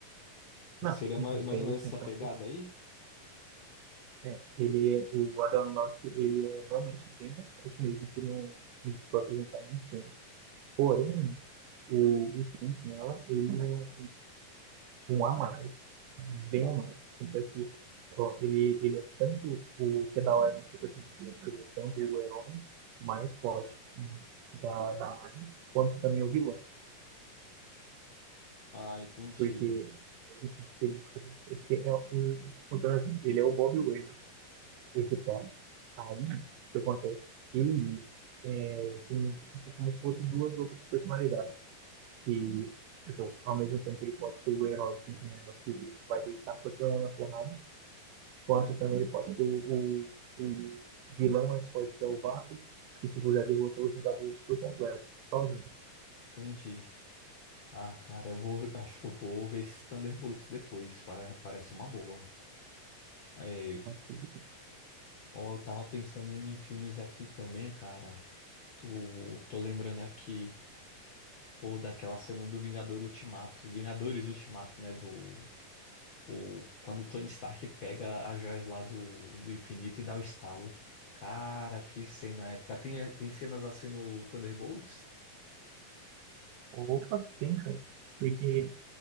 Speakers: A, on the right (about 75°); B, on the left (about 60°).
A: Não,
B: Seria
A: i-
B: ma-
A: isso
B: mais
A: aí,
B: ou menos
A: sim, com
B: essa
A: certeza.
B: pegada aí?
A: é, ele é, o Adam Locke, ele é realmente bem mais forte mesmo que no, no que foi apresentado nos filmes. Porém, o, o Sentinela, ele não. um a mais, bem a mais. Tanto é que ó, ele, ele é tanto o que é da hora no Super Saiyan Ninja, que ele é tanto o herói mais forte da, da Marvel, quanto também o vilão.
B: Ah, entendi.
A: Porque ele, porque é o, o- ele é o Bob Waynes, esse cara. Aí, o que acontece? Ele é, tem um- tipo, como se fosse duas outras personalidades. Que, tipo, ao mesmo tempo ele pode ser o herói sentimento que vai deitar pra todo mundo na porrada, quanto também ele pode ser o, o, o vilão mais forte que é o Vácuo, que tipo, já derrotou os Vingadores por completo, sozinho.
B: Entendi. Ah, cara, eu vou, acho que eu vou ver esses Thunderbolts depois, pa- parece uma boa. É,
A: Assim,
B: ó, eu tava pensando em filmes aqui também, cara. Tô, tô lembrando aqui, pô, daquela cena do Vingador Ultimato, Vingadores Ultimato, né, do, o, quando o Tony Stark pega as joias lá do, do infinito e dá o estalo. Cara, que cena épica. Tem, tem cenas assim no Thunderbolts?
A: Opa, tem, cara. Porque,